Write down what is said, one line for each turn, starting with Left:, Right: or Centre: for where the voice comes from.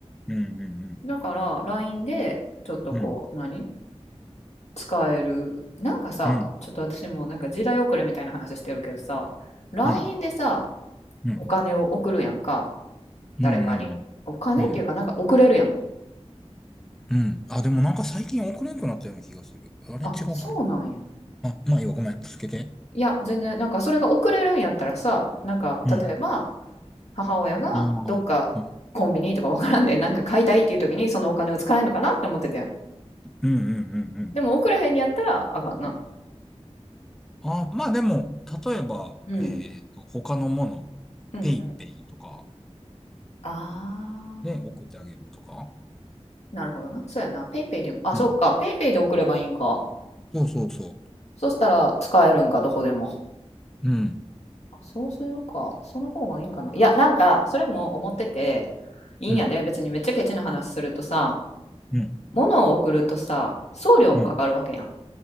Centre: うんう
Left: だから LINE でちょっとこう、
Centre: んうん。うん、
Left: 何使える。なんかさ、
Centre: うん、
Left: ちょっと私もなんか時代遅れみたいな話してるけどさ、LINE
Centre: うん、
Left: でさ、
Centre: うん、
Left: お金を送るやんか、
Centre: うん、
Left: 誰かに。お金っていうかなんか送れるやん。
Centre: うん、うん。うんあ、でもなんか最近送れんくなったような気がする。あれ違うかな
Left: あ、そうなんや。
Centre: あ、まあいいわ、ごめん。続けて。
Left: いや、全然、なんかそれが送れるんやったらさ、なんか例えば、
Centre: うん。
Left: 母親がどっかコンビニとかわからんでなんか買いたいっていう時にそのお金を使えんのかなって思ってたやん
Centre: ああ。うんうんうんうん
Left: でも送らへんにやったらあかんな
Centre: あ、まあでも、例えば、
Left: うん。
Centre: えっと、他のもの、
Left: うんうん
Centre: ペイペイとか
Left: あ
Centre: で送ってあげるとか。
Left: ーなるほどなそうやなペイペイでもあそうかペイペイで送ればいいんか
Centre: うん。そうそうそ
Left: そしたら使えるんかどこでも
Centre: う。うん。
Left: そうするかその方がいいんかないやなんかそれも思ってていいんやで別にめっちゃケチな話するとさ
Centre: うん。うん。
Left: 物を送るとさ送料もかかるわけやん
Centre: うん。